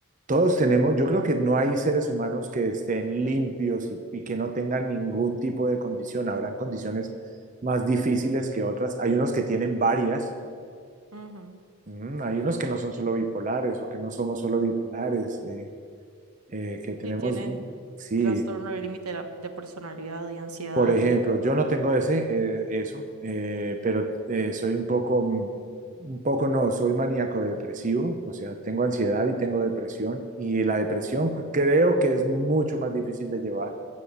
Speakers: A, on the right (about 35°); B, on the right (about 85°).
A: todos tenemos, yo creo que no hay seres humanos que estén limpios y, y que no tengan ningún tipo de condición. Habrán condiciones más difíciles que otras. Hay unos que tienen varias,
B: Ujú.
A: mm, hay unos que no son solo bipolares o que no somos solo bipolares, eh, eh, que tenemos,
B: Si tienen
A: sí,
B: trastorno del límite de, la- de personalidad y ansiedad
A: Por ejemplo,
B: y...
A: yo no tengo ese, eh, eso, eh, pero eh, soy un poco, mm, un poco no, soy maníaco depresivo, o sea, tengo ansiedad y tengo depresión, y la depresión creo que es mucho más difícil de llevar